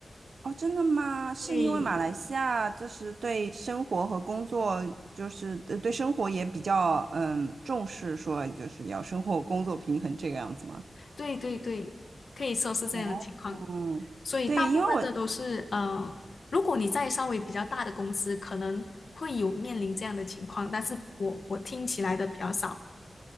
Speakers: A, on the right (about 80°); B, on the left (about 70°).
A: 哦，真的吗？是因为马来西亚就是对生活和工作，
B: 对，
A: 就是呃对生活也比较嗯重视，说就是要生活工作平衡这个样子吗？
B: 对对对，可以说是这样的情况。
A: 哦，嗯，
B: 所以大部分的都是呃，
A: 对，因为我
B: 如果你在稍微比较大的公司，可能会有面临这样的情况，但是我我听起来的比较少。